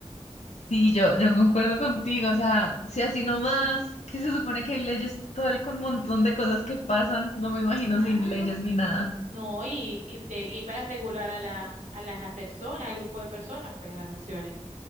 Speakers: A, on the left; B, on the right.
A: Sí, yo, yo concuerdo contigo, o sea, si así nomás, que se supone que hay leyes, todo el con montón de cosas que pasan, no me imagino
B: Claro,
A: sin leyes ni nada.
B: no, y, y, de- y para regular a, la, a las personas, al grupo de personas, pues a las naciones.